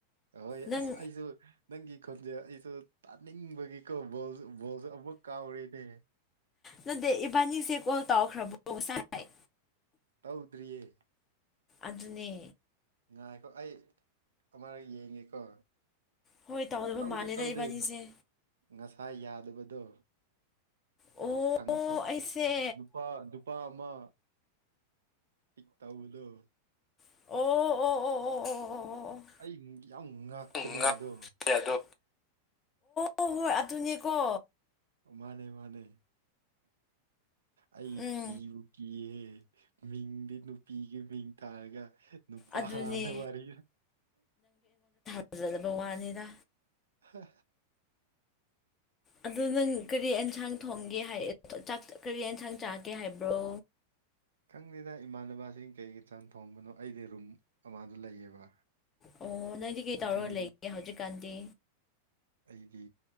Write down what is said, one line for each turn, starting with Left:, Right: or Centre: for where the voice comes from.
Right: ꯇꯧꯏ
Left: ꯅꯪ
Right: ꯑꯁ ꯑꯩꯁꯨ ꯅꯪꯒꯤ ꯈꯣꯟꯖꯦ ꯑꯩꯁꯨ ꯇꯥꯅꯤꯡꯕꯒꯤꯀꯣ ꯕꯣꯜ ꯕꯣꯜꯁꯨ ꯑꯃꯨꯛ ꯀꯥꯎꯔꯦꯅꯦ
Left: ꯅꯗꯦ ꯏꯕꯥꯅꯤꯁꯦ ꯀꯣꯜ ꯇꯧꯈ꯭ꯔꯕꯣ ꯉꯥꯁꯥꯏ
Right: ꯇꯧꯗ꯭ꯔꯤꯌꯦ
Left: ꯑꯗꯨꯅꯦ
Right: ꯉꯥꯏꯀꯣ ꯑꯩ ꯑꯃꯔꯛ ꯌꯦꯡꯉꯦꯀꯣ
Left: ꯍꯣꯏ ꯇꯧꯗꯕ
Right: ꯑꯣ ꯇꯧꯗꯦ
Left: ꯃꯥꯜꯂꯦꯗ
Right: ꯇꯧꯗꯦ
Left: ꯏꯕꯥꯅꯤꯁꯦ
Right: ꯉꯁꯥꯏ ꯌꯥꯗꯕꯗꯣ
Left: ꯑꯣ
Right: ꯈꯪꯉꯦꯀꯣ
Left: ꯑꯩꯁꯦ
Right: ꯅꯨꯄꯥ ꯅꯨꯄꯥ ꯑꯃ ꯄꯤꯛ ꯇꯧꯕꯗꯣ
Left: ꯑꯣ ꯑꯣ ꯑꯣ
Right: ꯑꯩ ꯌꯥꯝ ꯉꯥꯛꯄꯅꯦ
Left: ꯑꯣ ꯑꯣ
Right: ꯑꯗꯣ
Left: ꯑꯗꯣ ꯑꯣ ꯍꯣꯏ ꯑꯗꯨꯅꯦꯀꯣ
Right: ꯃꯥꯅꯦ ꯃꯥꯅꯦ ꯑꯩ
Left: ꯎꯝ
Right: ꯀꯤꯕꯨ ꯀꯤꯌꯦ ꯃꯤꯡꯗꯤ ꯅꯨꯄꯤꯒꯤ ꯃꯤꯡ ꯇꯥꯔꯒ ꯅꯨꯄꯗꯥ
Left: ꯑꯗꯨꯅꯦ
Right: ꯋꯥꯔꯤ
Left: ꯐꯖꯗꯕ ꯋꯥꯅꯤꯅ
Right: ꯍ
Left: ꯑꯗꯨ ꯅꯪ ꯀꯔꯤ ꯌꯦꯟꯁꯥꯡ ꯊꯣꯡꯒꯦ ꯍꯥꯏ ꯀꯔꯤ ꯌꯦꯟꯁꯥꯡ ꯆꯥꯒꯦ ꯍꯥꯏꯕ꯭ꯔꯣ
Right: ꯈꯪꯗꯦꯗ ꯏꯃꯥꯟꯅꯕꯁꯤꯡ ꯀꯩ ꯏꯟꯁꯥꯡ ꯊꯣꯡꯕꯅꯣ ꯑꯩꯗꯤ ꯔꯨꯝ ꯑꯃꯗ ꯂꯩꯌꯦꯕ
Left: ꯑꯣ ꯅꯪꯗꯤ ꯀꯩ ꯇꯧꯔꯒ
Right: ꯅꯪ
Left: ꯂꯩꯒꯦ ꯍꯧꯖꯤꯛꯀꯥꯟꯗꯤ
Right: ꯑꯩꯗꯤ